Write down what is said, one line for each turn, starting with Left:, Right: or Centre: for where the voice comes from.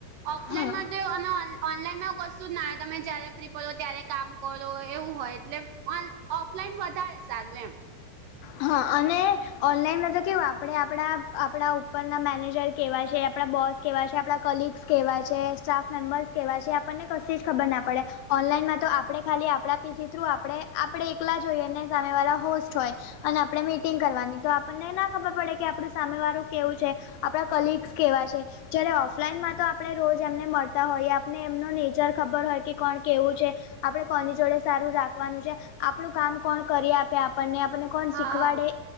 Right: ઓફલાઈનમાં
Left: હા
Right: તો અને ઓનલાઈનમાં કશું જ ના જોય, તમે જય્યારે ફ્રી પડો ત્યારે કામ કરો એવું હોય, એટલે ઓન ઓફલાઈન વધારે સારું એમ.
Left: હા, અને ઓનલાઈનમાં તો કેવું આપડે, આપડા આપણા ઉપરના મેનેજર કેવા છે, આપડા બોસ કેવા છે. આપણા કલીગ્સ કેવા છે, સ્ટાફ મેમ્બર્સ કેવા છે. આપણને કશી જ ખબર ના પડે. ઓનલાઈનમાં તો આપણે ખાલી આપણા પીસી થ્રુ આપડે, આપડે એકલા હોઈએ ને, સામે વાળા હોસ્ટ હોય. અને આપડે મીટિંગ કરવાની તો, આપણને ના ખબર પડે કે, આપણું સામેવાળું કેવું છે. આપડા કલિગ્સ કેવા છે? જ્યારે ઓફલાઈનમાં તો આપણે રોજ એમને મળતા હોઈએ, આપને એમનો નેચર ખબર હોય કે, કોણ કેવું છે. આપણે કોની જોડે સારું રાખવાનું છે, આપણું કામ કોણ કરીએ આપે આપણને આપને. કોણ શીખવાડે?
Right: હા